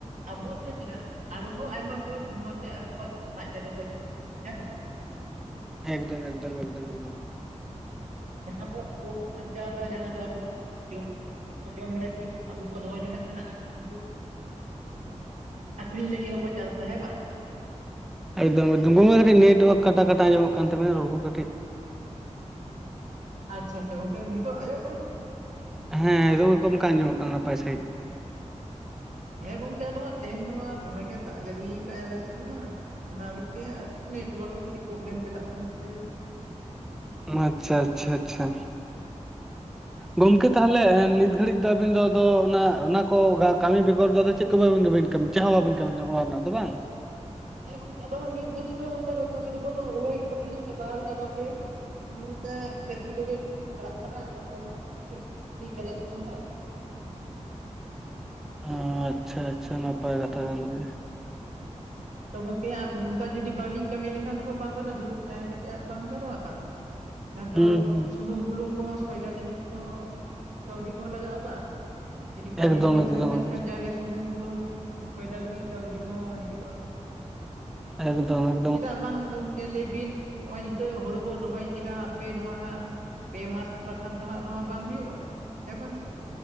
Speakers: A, on the right; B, in the centre.
A: ᱟᱵᱚ ‌ᱛᱮ ᱪᱮᱫᱟᱜ ᱟᱨᱦᱚᱸ ᱟᱭᱢᱟ ᱦᱚᱲ ᱱᱚᱣᱟᱛᱮ ᱟᱠᱚᱣᱟᱜ ᱞᱟᱡ ᱫᱟᱠᱟ ᱠᱚ ᱪᱟᱞᱟᱣ ᱫᱟ, ᱦᱮᱸ ᱵᱟᱝ?
B: ᱮᱠᱫᱚᱢ ᱮᱠᱫᱚᱢ ᱮᱠᱫᱚᱢ ᱮᱠᱫᱚᱢ,
A: ᱡᱟᱦᱟᱸ ᱫᱚ ᱟᱵᱚ ᱵᱚ ᱟᱨᱡᱟᱣᱮᱫᱟ ᱡᱟᱦᱟᱸ ᱫᱚ ᱟᱵᱚ ᱡᱚᱢ ᱵᱚ ᱡᱚᱢ ᱞᱟᱹᱜᱤᱫ ᱟᱵᱚ ᱵᱚ ᱫᱚᱦᱚ ᱡᱚᱱᱟᱜ ᱠᱟᱱᱟ ᱟᱨ ᱡᱟᱦᱟᱸ ᱫᱚ ᱟᱠᱷᱨᱤᱧ ᱞᱟᱹᱜᱤᱫ ᱦᱚᱸᱠᱚ ᱪᱟᱥ ᱮᱫᱟ ᱦᱮᱸ ᱵᱟᱝ
B: ᱮᱠᱫᱚᱢ ᱮᱠᱫᱚᱢ <unintelligible> ᱠᱟᱹᱴᱤᱡ ᱱᱮᱴᱳᱣᱟᱨᱠ ᱠᱟᱴᱟ ᱠᱟᱴᱟ ᱧᱟᱢᱚᱜ ᱠᱟᱱ ᱛᱟᱵᱤᱱᱟ ᱨᱚᱲᱠᱚ ᱠᱟᱹᱴᱤᱡ
A: ᱟᱪᱪᱷᱟ ᱟᱪᱪᱷᱟ ᱜᱚᱝᱠᱮ ᱱᱤᱛᱚᱜ ᱟᱸᱡᱚᱢᱚᱜ ᱠᱟᱱᱟ ᱥᱮ ᱵᱟᱝ?
B: ᱦᱮᱸ ᱱᱤᱛᱚᱜ ᱫᱚ ᱜᱚᱢᱠᱮ ᱟᱸᱡᱚᱢᱚᱜ ᱠᱟᱱᱟ ᱱᱟᱯᱟᱭ ᱥᱟᱺᱦᱤᱡ
A: ᱦᱮᱸ ᱜᱚᱝᱠᱮ ᱟᱫᱚ ᱦᱟᱸᱜ ᱛᱮᱦᱮᱧ ᱫᱚ ᱦᱟᱸᱜ ᱫᱚᱢᱮ ᱜᱮ ᱫᱟᱜ ᱡᱟᱹᱲᱤ ᱠᱟᱜ-ᱟᱭ ᱟᱞᱮ ᱥᱮᱫ ᱫᱚ ᱦᱟᱸᱜ ᱚᱱᱟ ᱠᱚᱛᱮ ᱱᱮᱴᱚᱣᱟᱨᱠ ᱫᱚ ᱠᱟᱹᱴᱤᱡ ᱯᱨᱚᱵᱞᱮᱢ ᱪᱟᱞᱟᱜ ᱠᱟᱱ ᱛᱟᱞᱮᱭᱟ
B: ᱟᱪᱪᱷᱟ ᱟᱪᱪᱷᱟ ᱟᱪᱪᱷᱟ
A: <inaudible>
B: ᱜᱚᱢᱠᱮ ᱛᱟᱦᱞᱮ ᱱᱤᱛ ᱜᱷᱟᱹᱲᱤᱡ ᱫᱚ ᱟᱵᱤᱱ ᱫᱚ ᱟᱫᱚ ᱚᱱᱟ ᱚᱱᱟ ᱠᱚ ᱠᱟᱹᱢᱤ ᱵᱮᱜᱚᱨ ᱫᱚ ᱪᱮᱫ <unintelligible> ᱵᱟᱵᱤᱱ ᱠᱟᱹᱢᱤ, ᱪᱮᱫ ᱦᱚᱸ ᱵᱟᱵᱤᱱ ᱠᱟᱹᱢᱤ ᱠᱟᱱᱟ ᱚᱲᱟᱜ ᱨᱮᱱᱟᱜ ᱫᱚ ᱵᱟᱝ
A: ᱦᱮᱸ ᱜᱚᱝᱠᱮ ᱟᱫᱚ ᱱᱤᱛ ᱫᱷᱟᱹᱵᱤᱡ ᱫᱚ ᱚᱱᱠᱟ ᱫᱚ ᱠᱟᱹᱢᱤ ᱫᱚ ᱵᱟᱹᱱᱩᱜᱼᱟ ᱨᱚᱦᱚᱭ ᱠᱚᱫᱚᱞᱤᱧ ᱪᱟᱵᱟ ᱟᱠᱟᱫᱟ ᱦᱟᱯᱮ ᱚᱱᱟᱛᱮ ᱜᱟᱪᱷᱤ ᱠᱚᱜᱮ ᱛᱤᱥ ᱯᱟᱲᱟᱜ ᱠᱟᱱᱟ ᱛᱟᱯᱚᱨᱮ ᱦᱟᱸᱜ <unintelligible> ᱧᱮᱞᱮᱫ ᱠᱚᱣᱟ ᱦᱟᱸᱜ
B: ᱚ, ᱟᱪᱪᱷᱟ ᱟᱪᱪᱷᱟ ᱱᱟᱯᱟᱭ ᱠᱟᱛᱷᱟ ᱠᱟᱱ ᱜᱮᱭᱟ
A: ᱟᱫᱚ ᱜᱚᱝᱠᱮ ᱦᱟᱸᱜ ᱚᱝᱠᱟ ᱡᱩᱫᱤ ᱵᱟᱞᱤᱧ ᱠᱟᱹᱢᱤ ᱞᱮᱠ ᱠᱷᱟᱱ ᱛᱚ ᱵᱟᱝ ᱜᱟᱱᱚᱜᱼᱟ ᱫᱩᱲᱩᱵ ᱛᱟᱦᱮᱸ ᱠᱟᱛᱮ ᱟᱨ ᱵᱟᱝ ᱜᱟᱱᱚᱜᱼᱟ ᱡᱟᱦᱟᱸ
B: ᱦᱩᱸ
A: ᱫᱚ
B: ᱦᱩᱸ
A: ᱥᱩᱱᱩᱢ ᱵᱩᱞᱩᱝ ᱠᱚᱦᱚᱸ ᱥᱚᱭᱫᱟ ᱞᱟᱹᱜᱤᱫ ᱛᱮᱦᱚᱸ ᱠᱟᱹᱣᱰᱤ ᱠᱚᱦᱚᱸ ᱞᱟᱜᱟᱜᱼᱟ ᱵᱟᱝ ᱡᱩᱫᱤ ᱠᱟᱹᱢᱤ
B: ᱮᱠᱫᱚᱢ
A: ᱠᱚᱞᱤᱧ
B: ᱮᱠᱫᱚᱢ
A: ᱥᱮᱱ ᱞᱮᱱᱠᱷᱟᱱ
B: ᱮᱠᱫᱚᱢ
A: ᱡᱟᱜᱮ ᱥᱩᱱᱩᱢ ᱵᱩᱞᱩᱝ ᱥᱚᱭᱫᱟ ᱞᱟᱹᱜᱤᱫ ᱠᱟᱹᱣᱰᱤ ᱠᱚᱦᱚᱸ ᱦᱤᱡᱩᱜᱼᱟ
B: ᱮᱠᱫᱚᱢ ᱮᱠ
A: ᱪᱮᱫᱟᱜ ᱵᱟᱝ ᱜᱚᱝᱠᱮ ᱞᱟᱹᱭ ᱵᱤᱱ ᱱᱚᱜᱼᱚᱭ ᱱᱤᱛᱚᱜ ᱦᱳᱲᱳ ᱵᱚᱱ ᱨᱚᱦᱚᱭ ᱠᱮᱫᱟ ᱦᱟᱯᱮ ᱱᱚᱣᱟ ᱦᱟᱸᱜ ᱯᱮ ᱢᱟᱥ ᱵᱟᱠᱷᱟᱱ ᱛᱚ ᱦᱟᱸᱜ ᱱᱚᱣᱟ ᱵᱟᱝ ᱦᱩᱭᱩᱜᱼᱟ ᱦᱮᱸ ᱵᱟᱝ ᱥᱮ